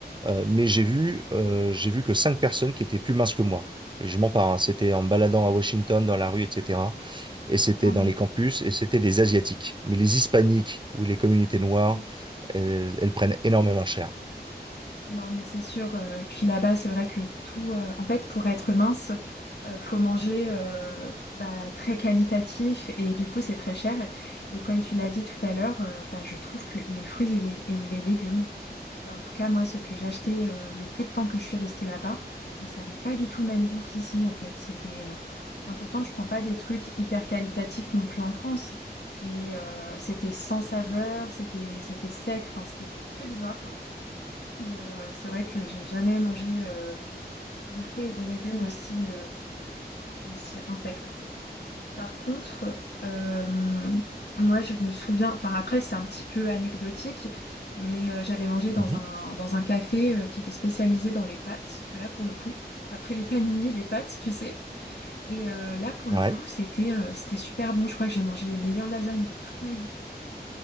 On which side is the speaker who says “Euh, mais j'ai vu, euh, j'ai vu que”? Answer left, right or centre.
Right